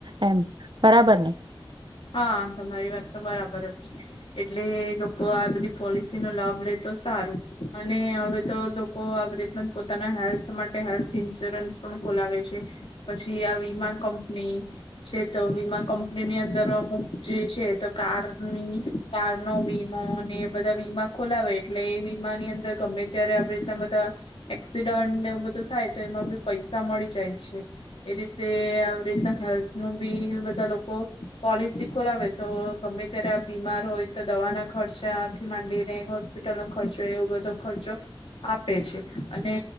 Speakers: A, on the right (about 55°); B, on the left (about 80°).
A: એમ બરાબર ને
B: હા તમારી વાત તો બરાબર જ એટલે લોકો આ બધી પોલિસી નો લાભ લે તો સારું અને હવે તો લોકો આવી રીતના પોતાના હેલ્થ માટે હેલ્થ ઇન્સ્યોરન્સ પણ ખોલાવે છે પછી આ વીમા કંપની છે તો વીમા કંપનીની અંદર જે છે તો કારની કારનો વીમો ને બધા વીમા ખોલાવે એટલે એ વીમાની અંદર ગમે ત્યારે આવી રીતના બધા એક્સિડન્ટનેવ બધું થાય તો એમાં બી પૈસા મળી જાય છે એ રીતે આવી રીતના હેલ્થ નું બી બધા લોકો પોલિસી ખોલાવે તો ગમે ત્યારે બીમાર હોય તો દવાના ખર્ચાથી માંડીને હોસ્પિટલનો ખર્ચોય એવો બધો ખર્ચો આપે છે અને